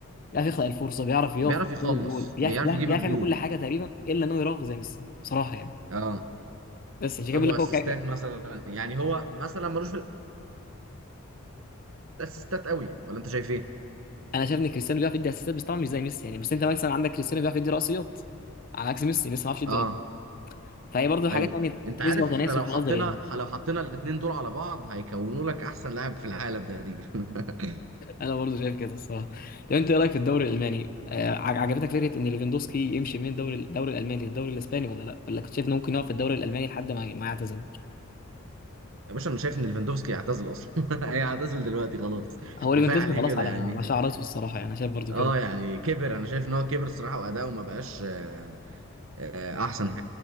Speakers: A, on the left; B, on the right.
A: بيعرف يخلق الفرصه بيعرف يقف
B: بيعرف يخلص
A: قدام الجول بيعرف
B: بيعرف
A: بيعرف
B: يجيب
A: بيعرف
B: الجون
A: يعمل كل حاجه تقريبا الا انه يراوغ زي ميسي بصراحه يعني
B: اه
A: بس عشان كده
B: طب
A: بقول
B: واسيستات
A: لك هو كده
B: مثلا يعني هو مثلا ملوش في الاسيستات قوي ولا انت شايف ايه؟
A: انا شايف ان كريستيانو بيعرف يدي اسيستات بس طبعا مش زي ميسي يعني بس انت مثلا عندك كريستيانو بيعرف يدي رأسيات على عكس ميسي ميسي ما بيعرفش يدي
B: اه
A: رأسيات فهي برضه حاجات
B: ايوه
A: يعني
B: انت
A: نسبه
B: عارف
A: وتناسب
B: احنا لو حطينا
A: في نظري يعني
B: لو حطينا الاثنين دول على بعض هيكونوا لك احسن لاعب في العالم تقريبا <laughs>
A: انا برضه شايف كده الصراحه طب انت ايه رايك في الدوري الالماني آه، عج- عجبتك فكره ان ليفاندوسكي يمشي من الدوري الدوري الالماني للدوري الاسباني ولا لا ولا كنت شايف انه ممكن يقعد في الدوري الالماني لحد ما ما يعتزل
B: يا باشا انا شايف ان ليفاندوفسكي يعتزل اصلا <laughs> هيعتزل دلوقتي خلاص
A: هو ليفاندوسكي
B: كفايه عليه
A: خلاص
B: كده
A: على على
B: يعني
A: شعر راسه الصراحه يعني انا شايف برضه
B: اه
A: كده
B: يعني كبر انا شايف ان هو كبر الصراحه واداؤه ما بقاش آه، آه، احسن